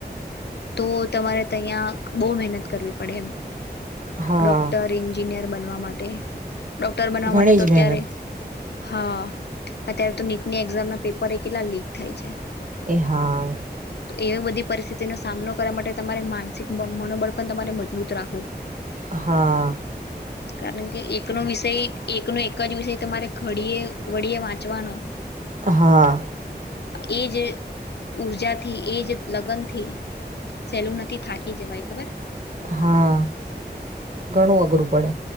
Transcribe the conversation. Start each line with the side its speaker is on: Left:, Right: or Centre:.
Left: તો તમારે તયા બો મહેનત કરવી પડે એમ.
Right: હા
Left: ડોક્ટર ઈન્જિનિયર બન વા માડ તે ડોક્ટર બનવા
Right: ઘણી
Left: માટે તો
Right: જ મહેનત
Left: ત્યારે હા અત્યારે તો નીટની એક્ઝામ ના પેપર એ કેટલા લીક થાય છે.
Right: એ હા.
Left: તો એવી બધી પરિસ્થિતિનો સામનો કરવા માટે તમારે માનસિક બમ મનોબળ પણ તમારે મજબૂત રા
Right: હા.
Left: કારણ કે એકનો વિષય એકનો એક જ વિષય તમારે ઘડીએ વળીએ વાંચવાનો
Right: હા.
Left: એજ ઊર્જાથી એજ લગ્ન થી સેલું નથી થાકી જવાય ખબર?
Right: હા ઘણું અઘરું પડ